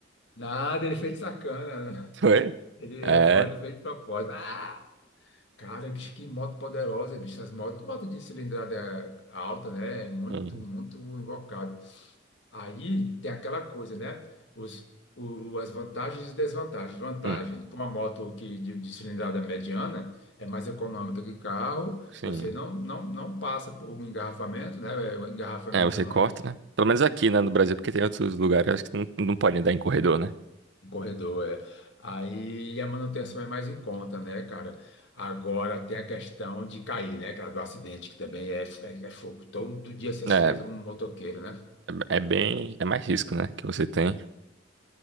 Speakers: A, on the left; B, on the right.
A: Nada, ele fez de sacana. né?
B: Foi?
A: Ele
B: É.
A: foi, ele fez de propósito. Ah! Cara, bicho, que moto poderosa, bicho. As motos, moto de cilindrada alta, né? É muito,
B: Hum,
A: muito invocado. Aí tem aquela coisa, né? Os, o, as vantagens e desvantagens. Vantagem,
B: hum,
A: para uma moto que, de, de cilindrada mediana, é mais econômica que carro.
B: sim.
A: Você não, não, não passa por um engarrafamento, né? O engarrafamento
B: É, você
A: não.
B: corta, né? Pelo menos aqui, né, no Brasil, porque tem outros lugares acho que não, não podem dar em corredor, né?
A: Corredor, é. Aí a manutenção é mais em conta, né, cara? Agora tem a questão de cair, né, cara, do acidente, que também é, é, é fogo. Todo dia se acidenta
B: É,
A: um motoqueiro, né?
B: é, é bem, é mais risco, né, que você tem.